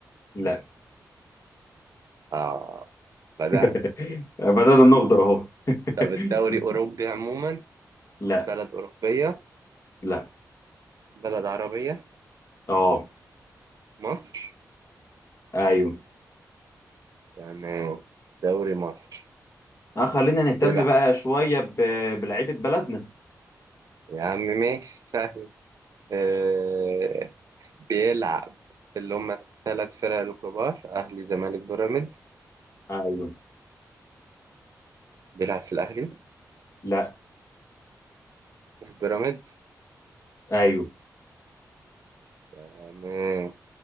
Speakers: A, on the left; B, on the right.
A: لا
B: آه بدأنا
A: <laughs> بدأنا نغدر أهو <laughs>
B: طب الدوري أوروبي عموما
A: لا
B: بلد أوروبية
A: لا
B: بلد عربية
A: أه
B: مصر
A: ايوه
B: تمام دوري مصر
A: آه خلينا نهتم
B: بيلعب
A: بقى شوية ب... بلعيبة بلدنا
B: يا عم ماشي سهل آه، بيلعب في اللي هم الثلاث فرق الكبار أهلي زمالك بيراميدز
A: ايوه
B: بيلعب في الأهلي
A: لا
B: وفي بيراميدز
A: ايوه
B: تمام